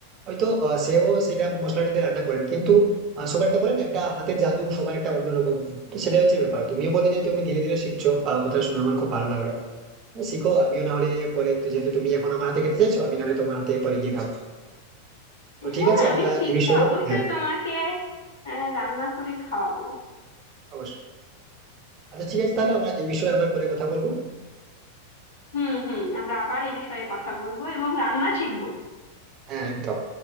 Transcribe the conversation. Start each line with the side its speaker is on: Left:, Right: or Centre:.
Right: হয়তো আহ, সেও সেটা মশলাটাতে রান্না করেন কিন্তু আহ, সবার একটা বলেন একটা হাতের জাদু সবার একটা অন্যরকম তো সেটাই হচ্ছে ব্যাপার তুমিও বলে যে তুমি ধীরে ধীরে শিখছো আহ, কথা শুনে আমার খুব ভালো লাগলো হ্যাঁ, শিখো আমিও না হলে পরে তো- যেহেতু তুমি এখন আমার হাতে খেতে চাইছো আমি না হলে তোমার হাতে পরে গিয়ে খাবো তো
Left: হ্যাঁ
Right: ঠিক আছে
Left: আমি
Right: আমরা
Left: শিখে
Right: এই বিষয়ে
Left: অবশ্যই
Right: হ্যাঁ
Left: তোমাকে আহ, রান্না করে খাওয়াবো
Right: অবশ্যই আচ্ছা ঠিক আছে তাহলে আমরা এই বিষয়ে আবার পরে কথা বলবো
Left: হুম হুম আমরা আবার এই বিষয়ে কথা বলবো এবং রান্না শিখবো
Right: হ্যাঁ একদম